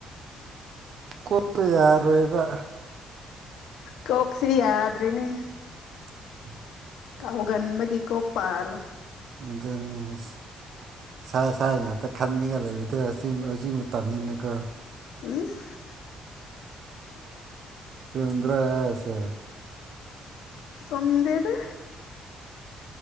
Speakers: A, on the right (about 55°); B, on the left (about 80°).
A: ꯀꯣꯛꯄ ꯌꯥꯔꯣꯏꯕ
B: ꯀꯣꯛꯁꯤ ꯌꯥꯗ꯭ꯔꯦꯅꯦ
A: <unintelligible>
B: ꯀꯥꯎꯒꯟꯕꯒꯤ ꯀꯣꯄꯥꯔꯦ
A: ꯑꯗꯅꯤ <unintelligible> ꯏꯁꯥ ꯁꯥ ꯉꯥꯛꯇ ꯈꯟꯉꯒ ꯂꯩꯕꯗꯣ ꯍꯧꯖꯤ ꯃꯇꯝꯅꯤꯅꯀꯣ
B: ꯏꯁ
A: ꯐꯨꯝꯗ꯭ꯔꯁ
B: ꯆꯨꯝꯗꯦꯗ